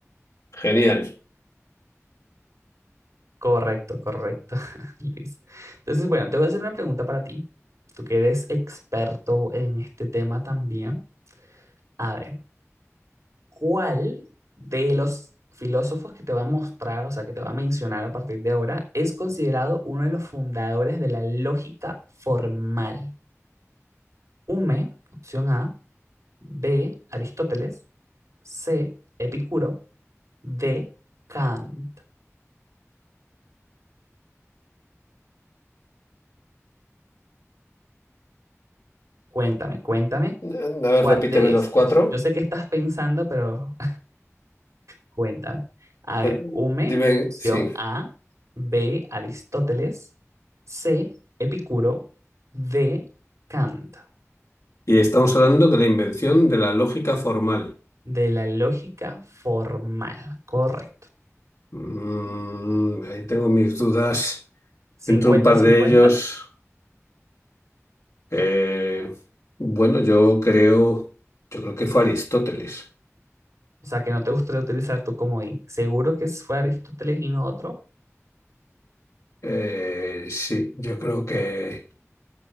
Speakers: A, on the left; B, on the right.
A: genial.
B: Correcto, correcto, <laughs> Luis. Entonces, bueno, te voy a hacer una pregunta para ti. Tú que eres experto en este tema también. A ver, ¿Cuál de los filósofos que te va a mostrar, o sea, que te va a mencionar a partir de ahora, es considerado uno de los fundadores de la lógica formal? Hume, opción A, B, Aristóteles, C, Epicuro, D, Kant. Cuéntame, cuéntame,
A: Eh, A
B: ¿cuál
A: ver, repíteme
B: de estos?
A: los cuatro.
B: Yo sé que estás pensando, pero Cuenta. A
A: Eh,
B: ver, Hume,
A: Dime,
B: opción
A: sí.
B: A. B, Aristóteles. C, Epicuro. D, Kant.
A: Y estamos hablando de la invención de la lógica formal.
B: De la lógica formal. Correcto.
A: Mm, ahí tengo mis dudas.
B: cincuenta
A: Entre un par
B: cincuenta
A: de ellos, eh, bueno, yo creo, yo creo que fue Aristóteles.
B: O sea, que no te gustaría utilizar tu comodín. Seguro que fue Aristóteles y no otro.
A: Eh, sí, yo creo que